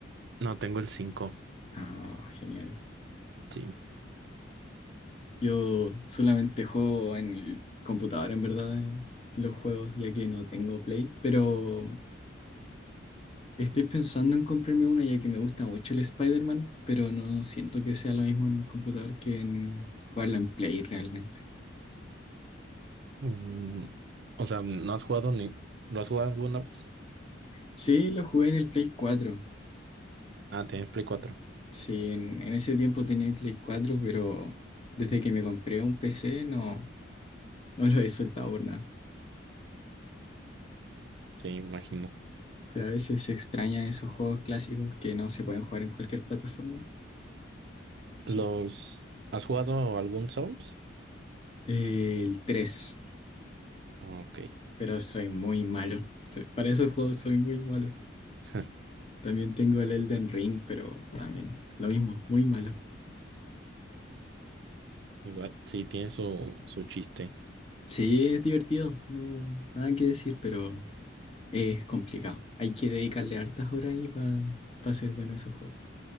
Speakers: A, on the right (about 60°); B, on the left (about 30°).
A: no tengo el cinco
B: Ah, genial.
A: Sí.
B: Yo solamente juego en el computador, en verdad, eh, los juegos, ya que no tengo Play. Pero estoy pensando en comprarme una, ya que me gusta mucho el Spider-Man, pero no siento que sea lo mismo en computador que en jugarlo en Play realmente.
A: Mm, o sea, ¿no has jugado ni... ¿Lo has jugado alguna vez?
B: Sí, lo jugué en el Play cuatro
A: Ah, tienes Play cuatro
B: Sí, en, en ese tiempo tenía el Play cuatro pero desde que me compré un PC no, no lo he soltado por nada.
A: <laughs> Sí, imagino.
B: Pero a veces se extraña esos juegos clásicos que no se pueden jugar en cualquier plataforma. Así
A: ¿Los... ¿Has jugado algún Souls?
B: Eh, el 3,
A: Ok.
B: pero soy muy malo. Soy- Para esos juegos soy muy malo.
A: <laughs>
B: También tengo el Elden Ring, pero también lo mismo, muy malo.
A: Igual, sí, tiene su, su chiste.
B: Sí, es divertido, no, nada que decir, pero es complicado. Hay que dedicarle hartas horas ahí para ser bueno esos juegos.